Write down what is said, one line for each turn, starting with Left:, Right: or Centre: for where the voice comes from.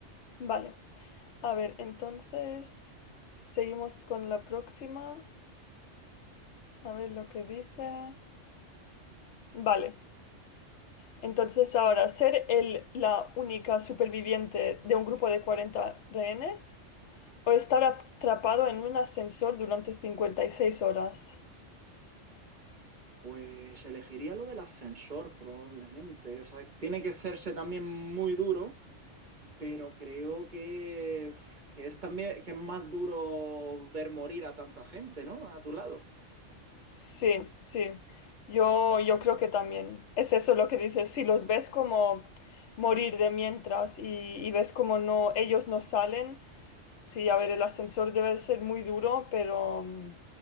Left: Vale, a ver, entonces seguimos con la próxima, a ver lo que dice. Vale, entonces ahora, ser el, la única superviviente de un grupo de 40 rehenes o estar atrapado en un ascensor durante 56 horas.
Right: Pues elegiría lo del ascensor probablemente. O sea, tiene que hacerse también muy duro pero creo que, que es también que es más duro ver morir a tanta gente, ¿no? A tu lado.
Left: Sí, sí. Yo, yo creo que también es eso lo que dices. Si los ves como morir de mientras y, y ves como no, ellos no salen, sí, a ver, el ascensor debe ser muy duro, pero mm,